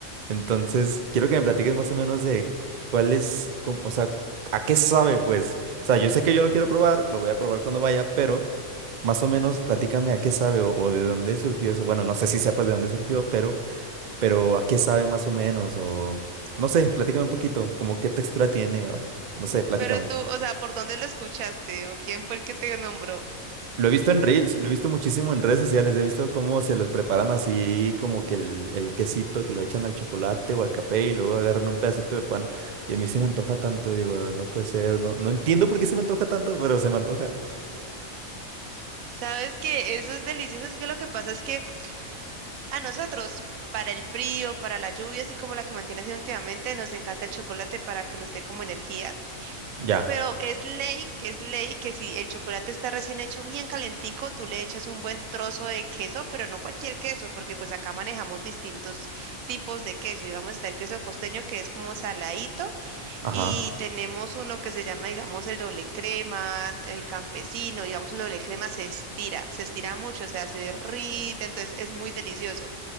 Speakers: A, on the right (about 65°); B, on the right (about 80°).
A: Entonces, quiero que me platiques más o menos de cuál es, cómo- o sea, a qué sabe pues. O sea, yo sé que yo lo quiero probar, lo voy a probar cuando vaya, pero más o menos platícame a qué sabe o, o de dónde surgió eso. Bueno, no sé si sepas de dónde surgió, pero, pero a qué sabe más o menos o no sé, platícame un poquito, como qué textura tiene, o- no sé, platícame.
B: Pero tú, o sea, ¿por dónde lo escuchaste o quién fue el que te nombró?
A: Lo he visto en Reels, lo he visto muchísimo en redes sociales, he visto cómo se los preparan así, como que el, el quesito que lo echan al chocolate o al café y luego agarran un pedacito de pan y a mí se me antoja tanto y digo, no puede ser, no, no entiendo por qué se me antoja tanto, pero se me antoja.
B: Sabes que eso es delicioso, es que lo que pasa es que a nosotros, para el frío, para la lluvia, así como la que mantiene haciendo últimamente, nos encanta el chocolate para que nos dé como energía.
A: Ya,
B: Pero es ley, es ley que si el chocolate está recién hecho bien calentico, tú le echas un buen trozo de queso, pero no cualquier queso, porque pues acá manejamos distintos tipos de queso. Y vamos a estar el queso costeño que es como saladito
A: ajá,
B: y tenemos uno que se llama, digamos, el doble crema, el campesino, digamos, el doble crema se estira, se estira mucho, o sea, se derrite, entonces es muy delicioso.